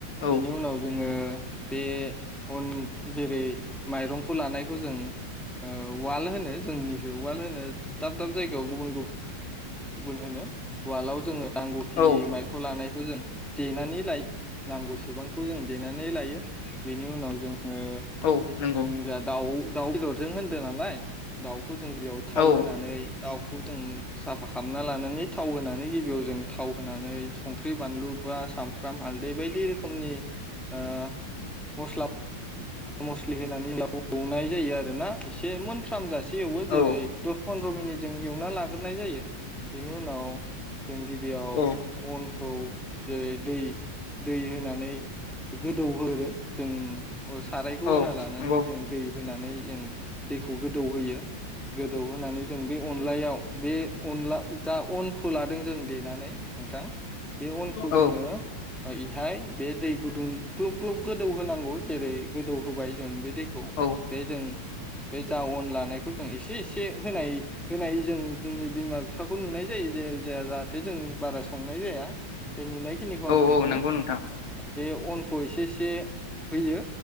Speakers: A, on the left; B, in the centre.
A: औ
B: बेनि उनाव जोङो बे अन जेरै माइरंखौ लानायखौ जों ओ उवाल होनो जोंनि उवाल होनो दाब दाब जायगायाव गुबुन गुबु गुबुन होनो उवालाव जोङो नांगौखिनि
A: औ
B: माइरंखौ ला लानायखौ जों देनानै लायो नांगौसेबांखौ जों देनानै लायो बेनि उनाव जों ङो
A: औ नंगौ
B: जों जा दाउ दाउ बेदरजों होन्दो नालाय दाउ खौ जों गिबियाव थाव
A: औ
B: होनानै दाउखौ जों साफा खा लानानै थाव होनानै गिबियाव जों थाव होनानै संख्रि बानलु बा सामफ्राम हालदै बायदि रोखोमनि ओ मस्ला मस्लि होनानै <unintelligible> एवनाय जायो आरो ना एसे मोनफ्राम जासे से एवो जेरै
A: औ
B: द' पन्द्र मिनिट जों एवना लाग्रोनाय जायो बेनि उनाव जों गिबियाव
A: औ
B: अन खौ जेरै दै दै होनानै गोदौहोरो जों सारायखौ
A: औ
B: होना लानानै
A: नंगौ
B: जों दै होनानै जों दैखौ गोदौ होयो गोदौ होनानै जों बे अनलायाव बे अनला जा अनखौ ला दों जों देनानै नोंथां बे अनखौ
A: औ
B: जोङो ओ इहाय बे दै गुदुं ग्लब ग्लब गोदौ होनांगौ जेरै गोदौ होबाय जों बे दैखौ
A: औ
B: बे जों बे जा अन लानाय खौ जों इसे इसे होनाय होनाय जों जोंनि बिमा बिफाखौ नुनाय जायो जे <unintelligible> जे जों बारा संनाय जाया। बे नुनायखिनिखौ
A: औ
B: आं खोन्थानि
A: औ नंगौ नोंथां
B: बे अनखौ इसे इसे होयो